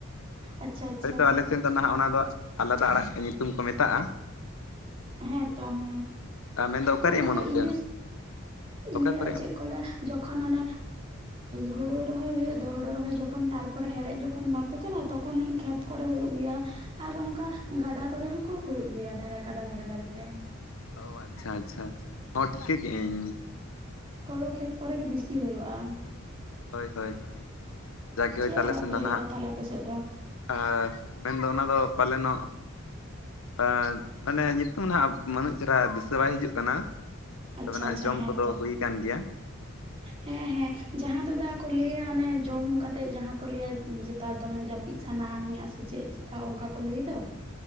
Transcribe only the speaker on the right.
ᱟᱪᱪᱷᱟ ᱟᱪᱪᱷᱟ
ᱦᱮᱸᱛᱚ ᱦᱮᱸ
ᱱᱚᱜ-ᱚᱭ
ᱤᱭᱟᱹ
ᱤᱭᱟᱹ
ᱪᱮᱜ ᱠᱚ ᱞᱟᱹᱭᱟ ᱡᱚᱠᱷᱚᱱ ᱚᱱᱮ ᱦᱳᱲ ᱨᱚᱦᱚᱭ ᱦᱩᱭᱩᱜ ᱦᱳᱲᱳ ᱨᱚᱦᱚᱭ ᱡᱚᱠᱷᱚᱱ ᱛᱟᱨᱯᱚᱨᱮ, ᱦᱮᱲᱦᱮᱫ ᱡᱚᱠᱷᱚᱱ ᱵᱟᱠᱚ ᱪᱟᱞᱟᱜ-ᱟ᱾ ᱛᱚᱠᱷᱚᱱ ᱠᱷᱮᱛ ᱠᱚᱨᱮ ᱦᱳᱭᱳᱜ ᱜᱮᱭᱟ ᱾ ᱟᱨ ᱚᱝᱠᱟ ᱜᱟᱰᱟ ᱠᱚᱨᱮ ᱦᱚᱸᱠᱚ ᱦᱩᱭᱩᱜ ᱜᱮᱭᱟ, ᱫᱷᱟᱨᱮ ᱠᱟᱰᱟ ᱫᱷᱟᱨᱮ ᱫᱷᱟᱨᱮ ᱛᱮ ᱾
ᱦᱳᱲᱳ ᱠᱷᱮᱛ ᱠᱚᱨᱮ ᱜᱮ ᱵᱤᱥᱤ ᱦᱩᱭᱩᱜᱼᱟ ᱾
ᱪᱮᱫ ᱟᱲᱟᱜ
ᱠᱚ ᱞᱟᱹᱭᱫᱟ
ᱛᱟᱦᱚᱞᱮ ᱟᱯᱮ ᱥᱮᱫ ᱫᱚ
ᱟᱪᱪᱷᱟ
ᱟᱪᱪᱷᱟ
ᱦᱮᱸᱛᱚ
<unintelligible> ᱦᱮᱸ ᱦᱮᱸ ᱡᱟᱦᱟᱸ ᱫᱚ ᱫᱟ ᱠᱚ ᱞᱟᱹᱭᱟ ᱚᱱᱮ ᱡᱚᱢ ᱠᱟᱛᱮᱜ ᱡᱟᱦᱟᱸ ᱠᱚ ᱞᱟᱹᱭᱟ ᱡᱮᱛᱟᱨ ᱫᱚᱢᱮ ᱡᱟᱯ ᱪᱷᱟᱱᱟ ᱢᱤᱭᱟ ᱥᱮ ᱪᱮᱫ ᱪᱮᱫᱠᱟ ᱚᱱᱠᱟ ᱠᱚ ᱞᱟᱹᱭᱮᱫᱚ?